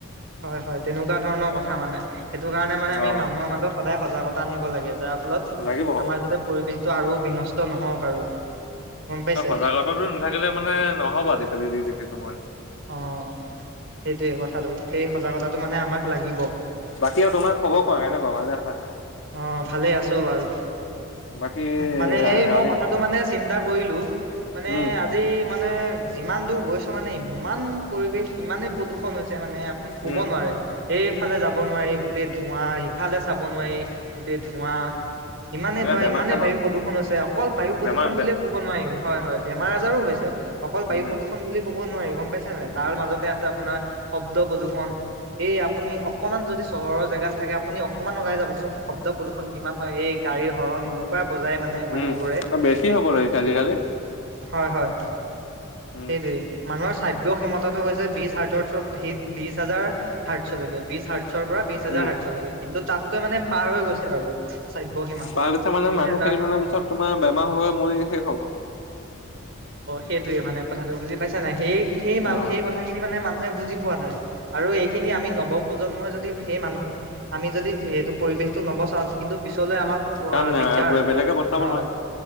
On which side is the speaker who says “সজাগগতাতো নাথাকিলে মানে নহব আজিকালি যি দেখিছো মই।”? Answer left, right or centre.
Left